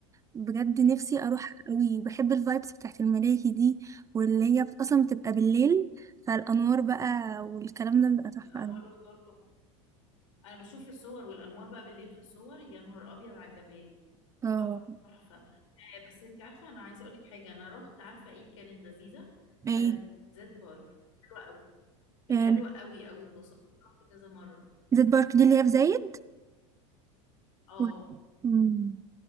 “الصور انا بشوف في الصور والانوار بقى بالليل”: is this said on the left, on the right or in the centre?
Left